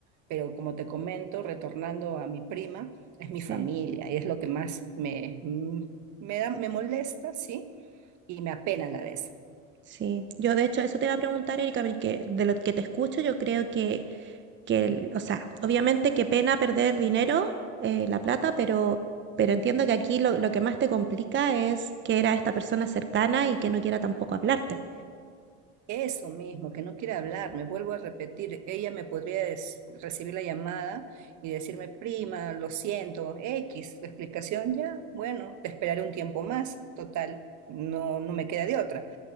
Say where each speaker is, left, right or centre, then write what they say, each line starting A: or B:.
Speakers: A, on the right; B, on the right.
A: Pero como te comento, retornando a mi prima, es mi
B: sí.
A: familia y es lo que más me, me da, me molesta, ¿sí? Y me apena a la vez.
B: Sí, yo de hecho eso te iba a preguntar, Erika, porque de lo que te escucho yo creo que, que el- o sea, obviamente qué pena perder dinero, eh, la plata, pero, pero entiendo que aquí lo, lo que más te complica es que era esta persona cercana y que no quiera tampoco hablarte.
A: Eso mismo, que no quiere hablar, me vuelvo a repetir, ella me podría des- recibir la llamada y decirme, prima, lo siento, X, tu explicación ya, bueno, te esperaré un tiempo más, total, no, no me queda de otra,